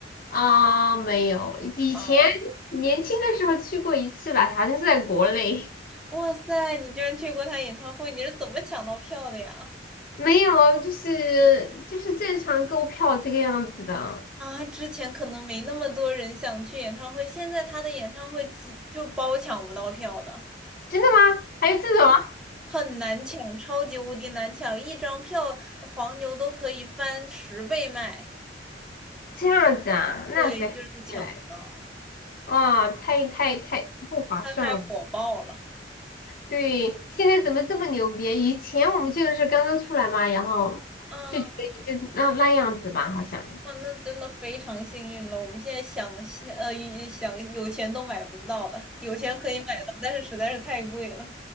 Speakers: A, on the left; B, in the centre.
A: 啊，没有，以前
B: 啊，
A: 年轻的时候去过一次吧，好像是在国内，
B: 哇塞，你居然去过他演唱会，你是怎么抢到票的呀？
A: 没有，就是就是正常购票这个样子的。
B: 啊，之前可能没那么多人想去演唱会，现在他的演唱会几就包抢不到票的，
A: 真的吗？还有这种啊
B: 很难抢，超级无敌难抢，一张票黄牛都可以翻十倍卖，
A: 这样子啊？那谁还去嘞？
B: 对，就是抢不到，
A: 啊，太太太不划算了。
B: 他太火爆了，
A: 对，现在怎么这么牛逼？以前我们去的是刚刚出来嘛，然后就觉得也就那那样子吧，
B: 啊，
A: 好像。
B: 哇，那真的非常幸运了，我们现在想现呃一想有钱都买不到的，有钱可以买到，但是实在是太贵了，